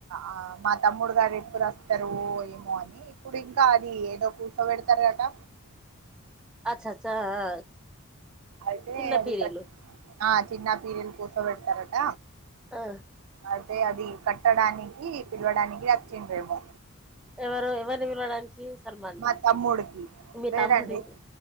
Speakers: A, on the right (about 75°); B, in the centre.
A: ఆ మా తమ్ముడు గారు ఎప్పుడు వస్తారు ఏమో అని ఇప్పుడు ఇంకా అది ఏదో కూర్సో పెడతారు గటా
B: అచ్చ అచ్చ ఆ
A: అయితే
B: చిన్న
A: అది
B: పీరీలు
A: కట్ ఆ చిన్న పీరలు కూస పెడతారట
B: ఆ
A: అయితే అది కట్టడానికి పిలవడానికి రచ్చిండేమో
B: ఎవరు ఎవరిని పిలవడానికి సల్మాన్ని
A: మా తమ్ముడికి
B: మీ
A: వేరండి
B: తమ్ముడిని